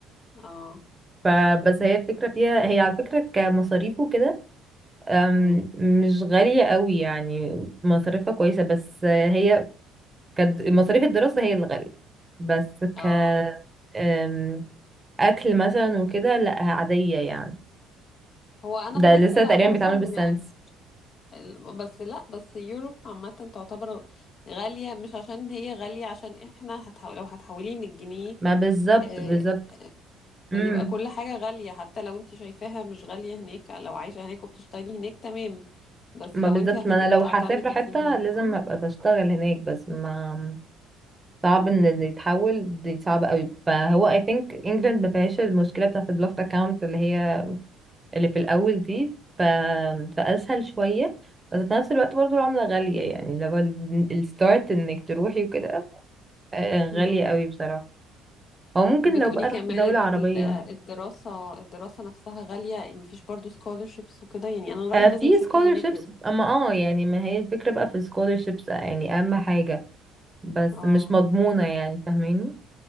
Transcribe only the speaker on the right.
فبس هي الفكرة فيها هي على فكرة كمصاريف وكده آم،
مش غالية قوي يعني مصاريفها كويسة بس آه، هي كد... مصاريف الدراسة هي اللي غالية بس
ك آم، أكل مثلا وكده لأ عادية يعني
ده
لسه
تقريبا
بيتعملوا بالسنس
ما بالظبط
بالظبط
امم
ما
بالظبط
ما انا
لو هسافر حتة لازم
ابقى بشتغل هناك بس ما صعب
ان اللي يتحول دي صعبة قوي فهو I think England ما فيهاش المشكلة بتاعت البلوك اكاونت اللي هي اللي في الاول دي ف... فاسهل شوية بس في نفس الوقت برضو العملة غالية يعني لو الستارت انك تروحي وكده آه، غالية
قوي بصراحة او ممكن
لو بقى
رحت دولة عربية
آه،
في
scholarships
اما اه يعني ما هي الفكرة بقى في ال scholarships آه، يعني اهم حاجة بس
مش مضمونة يعني فاهماني